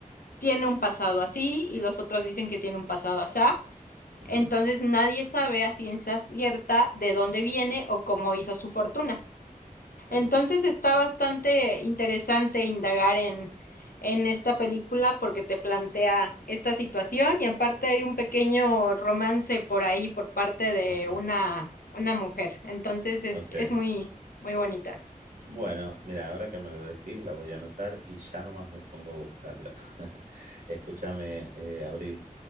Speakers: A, on the left; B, on the right.
A: tiene un pasado así y los otros dicen que tiene un pasado asá.
B: ujú,
A: Entonces nadie sabe a ciencia cierta de dónde viene o cómo hizo su fortuna.
B: ok,
A: Entonces está bastante interesante indagar en, en esta película porque te plantea esta situación y aparte hay un pequeño romance por ahí por parte de
B: ujú,
A: una, una mujer. Entonces es,
B: ok.
A: es muy, muy bonita.
B: Bueno, mira, ahora que me lo decís, la voy a anotar y ya nomás me pongo a buscarla. <laughs> Escúchame, eh, Abril.